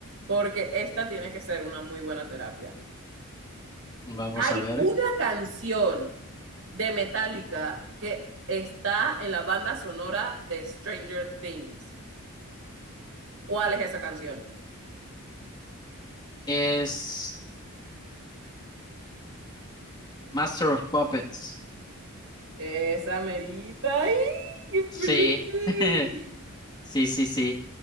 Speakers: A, on the right (about 65°); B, on the left (about 20°).
A: Porque esta tiene que ser una muy buena terapia.
B: vamos
A: Hay
B: a ver.
A: una canción de Metallica
B: Ujú.
A: que está en la banda sonora de Stranger Things. ¿Cuál es esa canción?
B: Es Master of Puppets.
A: Esa merita. ¡Ay, qué
B: Sí,
A: pretty!
B: <laughs> sí, sí, sí.